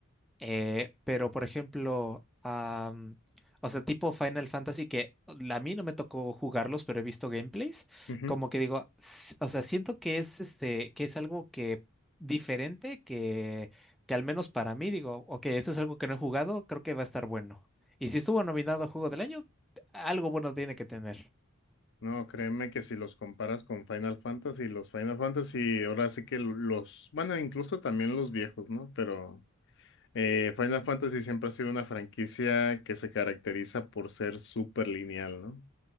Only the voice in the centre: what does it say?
Eh, pero, por ejemplo, am, o sea, tipo Final Fantasy, que a mí no me tocó jugarlos, pero he visto gameplays,
como que digo, s- o sea, siento que es este, que es algo que diferente, que, que al menos para mí digo, ok, esto es algo que no he jugado, creo que va a estar bueno. Y si estuvo nominado a Juego del Año, algo bueno tiene que tener.